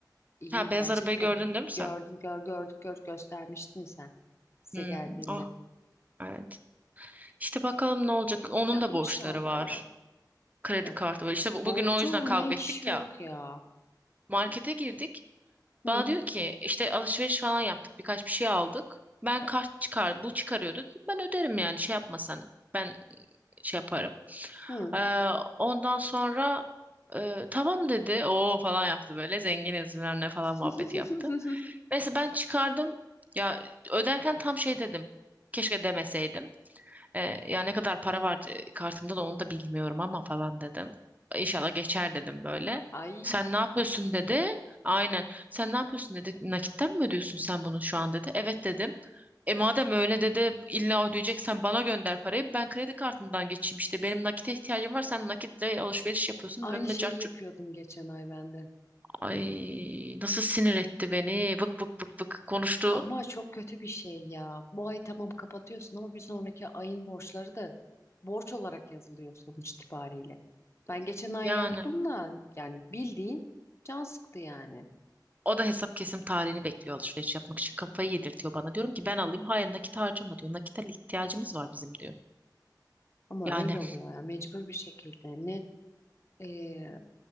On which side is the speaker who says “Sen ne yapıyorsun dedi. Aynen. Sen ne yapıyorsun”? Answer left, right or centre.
Right